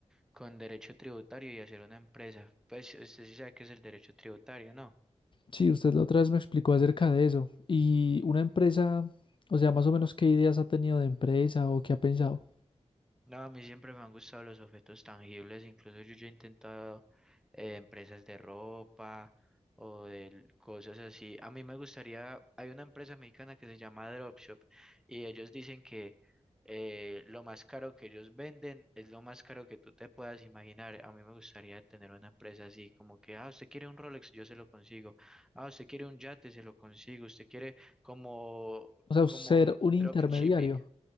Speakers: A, in the centre; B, on the left.
A: con derecho tributario y hacer una empresa. Pues usted sí sabe qué es el derecho tributario, ¿no?
B: Sí, usted la otra vez me explicó acerca de eso. Y una empresa, o sea, más o menos qué ideas ha tenido de empresa o qué ha pensado.
A: No, a mí siempre me han gustado los objetos tangibles, incluso yo ya he intentado eh, empresas de ropa o de l- cosas así. A mí me gustaría, hay una empresa mexicana que se llama Dropshop y ellos dicen que eh, lo más caro que ellos venden es lo más caro que tú te puedas imaginar. A mí me gustaría tener una empresa así, como que, ah, usted quiere un Rolex, yo se lo consigo. Ah, usted quiere un yate, se lo consigo. Usted quiere como,
B: O sea,
A: como
B: ser
A: un
B: un intermediario,
A: dropshipping.